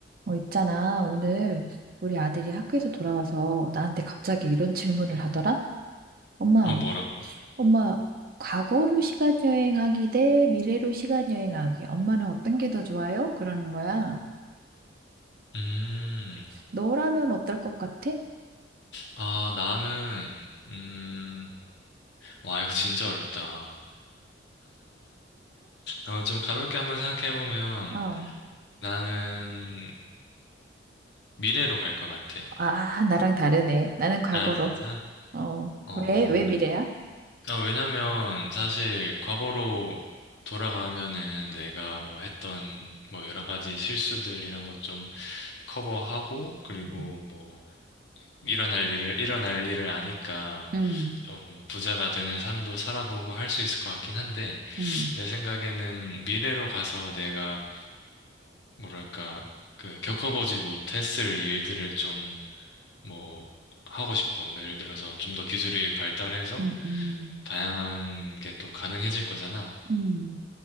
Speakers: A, on the right; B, on the left.
A: 어, 있잖아. 오늘 우리 아들이 학교에서 돌아와서 나한테 갑자기 이런 질문을 하더라. 엄마,
B: 어, 뭐라고?
A: 엄마, 과거로 시간 여행하기 대 미래로 시간 여행하기. 엄마는 어떤 게 더 좋아요? 그러는 거야.
B: 음,
A: 너라면 어떨 것 같아?
B: 아, 나는, 음, 와, 이거 진짜 어렵다. 어, 좀 가볍게 한번 생각해보면,
A: 어.
B: 나는 미래로 갈 것 같아.
A: 아, 나랑 다르네. 나는 과거로.
B: 아, 진짜?
A: 어.
B: 어,
A: 왜, 왜 미래야?
B: 아, 왜냐면, 사실, 과거로 돌아가면은 내가 뭐 했던, 뭐 여러 가지 실수들 이런 것 좀 커버하고, 그리고
A: 음,
B: 뭐, 일어날 일을, 일어날 일을 아니까,
A: 음,
B: 좀 부자가 되는 삶도 살아보고 할 수 있을 것 같긴 한데,
A: 음,
B: 내 생각에는 미래로 가서 내가 뭐랄까 그 겪어보지 못했을 일들을 좀 뭐 하고 싶어. 뭐 예를 들어서 좀 더 기술이 발달해서
A: 음,
B: 다양한 게 또 가능해질 거잖아.
A: 음,